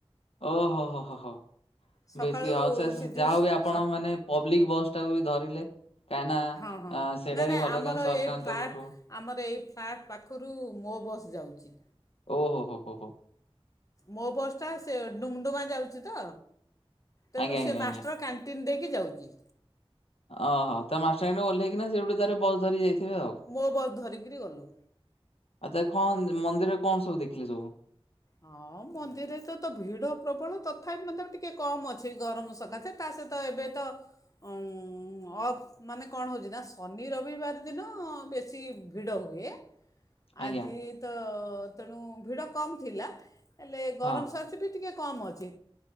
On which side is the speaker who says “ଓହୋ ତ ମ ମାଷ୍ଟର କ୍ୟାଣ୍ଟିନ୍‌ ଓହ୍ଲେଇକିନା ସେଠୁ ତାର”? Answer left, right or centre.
Left